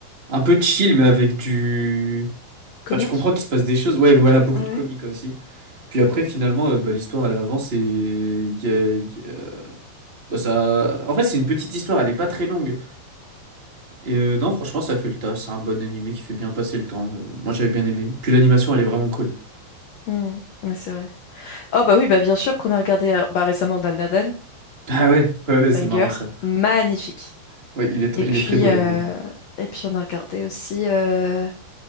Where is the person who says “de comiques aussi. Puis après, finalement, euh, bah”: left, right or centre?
Right